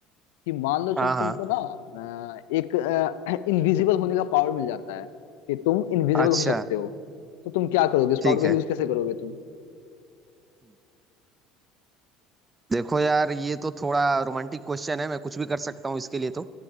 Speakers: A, on the left (about 80°); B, on the right (about 25°).
A: कि मान लो
B: हाँ
A: चलो
B: हाँ
A: तुमको ना अ, एक इनविजिबल <clears throat> होने का पावर मिल जाता है कि तुम इनविजिबल
B: अच्छा
A: हो सकते हो तो तुम क्या करोगे इस
B: ठीक
A: पावर का
B: है
A: यूज कैसे करोगे तुम
B: देखो यार ये तो थोड़ा रोमांटिक क्वेश्चन है मैं कुछ भी कर सकता हूँ इसके लिए तो